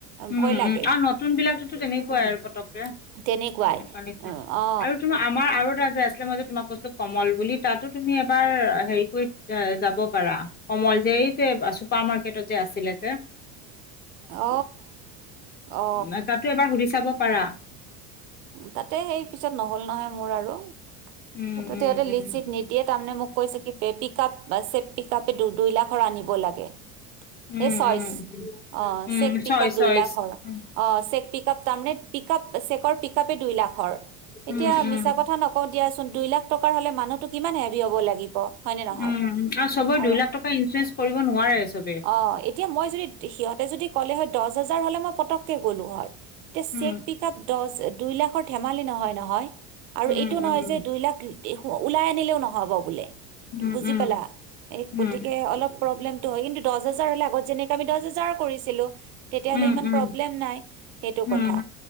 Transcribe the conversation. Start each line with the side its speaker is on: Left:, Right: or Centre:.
Left: উম
Right: ভয় লাগে
Left: উম, আৰু নতুন বিলাকোতো তেনেকুৱাই
Right: উম
Left: আৰু পতককে,
Right: তেনেকুৱাই
Left: এনেকুৱা নিচিনা
Right: উম, অ
Left: আৰু তোমাৰ আমাৰ আৰু এটা আছে কিছুমান বস্তু কমল বুলি তাতো তুমি এবাৰ হেৰি যাব পাৰা, সময় যে চুপাৰ মাৰকেটত যে আছিলে যে
Right: অ। অ
Left: নাই তাতো এবাৰ সুধি চাব। পাৰা।
Right: তাতে সেই পিছত নহল নহয় মোৰ আৰু।
Left: উম
Right: সেইটোত
Left: উম
Right: সিহঁতে
Left: উম
Right: লিষ্ট চিট নিদিয়ে তাৰমানে মোক কৈছে কি পিক আপ, চে পিক আপে দু দুই লাখৰ আনিব লাগে।
Left: উম
Right: এ চইচ,
Left: উম
Right: অ
Left: উম
Right: চেক
Left: উম
Right: পিকআপ
Left: চইচ
Right: দুই
Left: চইচ
Right: লাখৰ
Left: উম
Right: অ চেক পিক আপ তাৰে চ হে দুই লাখৰ, এতিয়া
Left: উম উম উম
Right: মিছা কথা ন আচোন দুই লাখ টকা হ'লে মানুহটো কিমান হেভি হ'ব লাগিব হয় নে নহয়,
Left: উম চবৰে
Right: আৰু,
Left: দুই লাখ টকা ইঞ্চুৰেঞ্চ কৰিব নোৱাৰে চবে
Right: অ এতিয়া মই যদি সিহঁতে যদি ক'লে হয় দহ হাজাৰ হলে মই পতককে গলো হয়। এতিয়া
Left: উম
Right: চেক পিক আপ দচ দুই লাখ ধেমালি নহয় নহয়, আৰু
Left: উম
Right: এইটো নহয়
Left: উম
Right: যে দুই লাখ ওলাই আনিলেও নহ'ব বোলে।
Left: উম
Right: বুজি
Left: উম
Right: পালা, এ
Left: উম
Right: গতিকে অলপ প্ৰব্লেমটো হয় কিন্তু দচ হাজাৰ হলে আগত যেনেকে আমি দহ হাজাৰ কৰিছিলো, তেতিয়া
Left: উম
Right: হলে ইমান
Left: উম উম
Right: প্ৰব্লেম নাই সেইটো কথা,
Left: উম